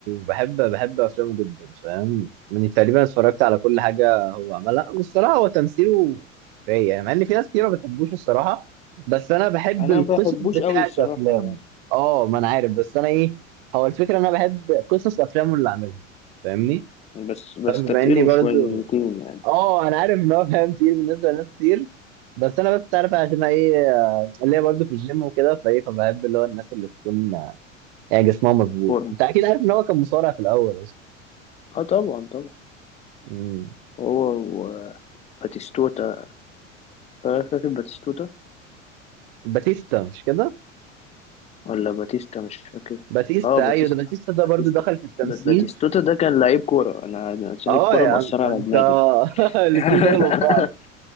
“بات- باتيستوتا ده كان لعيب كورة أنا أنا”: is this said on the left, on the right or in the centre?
Left